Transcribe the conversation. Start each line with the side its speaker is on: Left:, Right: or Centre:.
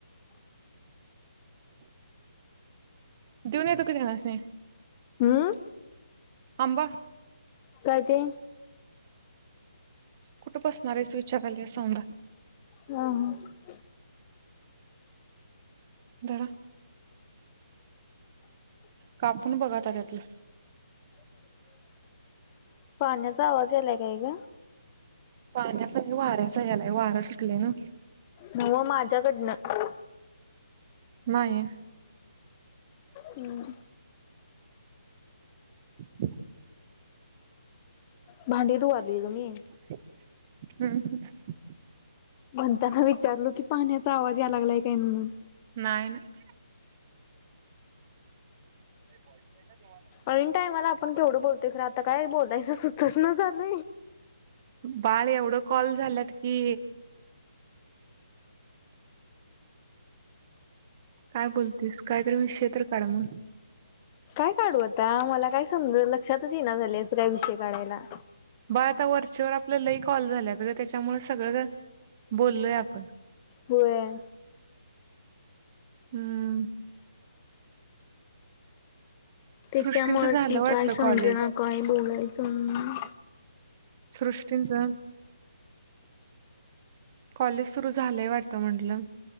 Right: देऊन येतो का धन्यनी?
Left: हम्म
Right: आंबा?
Left: काय ते?
Right: कुठं बसणार आहेच विचाराले सवधा.
Left: हम ह.
Right: धरा. कापून बघा त्यातलं.
Left: <inaudible> पाण्याचा आवाज यालाय काय गं?
Right: पाण्यात वाऱ्याचा यालाय वारं सुटलंय ना.
Left: नावं माझ्याकडनं.
Right: नाहीय.
Left: हम्
Right: <inaudible>
Left: भांडे धुवली गं मी.
Right: हम्म हम्
Left: म्हणताना विचारलो की पाण्याचा आवाज याय लागलाय काय म्हणून.
Right: नाहीय नाय. पोहच का ज <unintelligible>
Left: ऐन टाईम ला आपण केवढं बोलतोय खरं आता काय बोलायचं सुचनं झालं.
Right: बाळ एवढं कॉल झालंत की? काय बोलतेस कायतरी विषय तर काढ मग?
Left: काय काढू आता मला काय समज लक्षातच येना झाले अस काय विषय काढायला.
Right: बाळ आता वरच्यावर आपलं लई कॉल झालं तर त्याच्यामुळे सगळं बोललोय आपण.
Left: होय.
Right: हम्म,
Left: त्याच्यामुळे
Right: सृष्टींचं झालं
Left: की
Right: वाटतं
Left: काय समज
Right: कॉलेज
Left: ना काय बोलायचं.
Right: सृष्टीनचा? कॉलेज सुरू झालंय वाटतं म्हंटलं.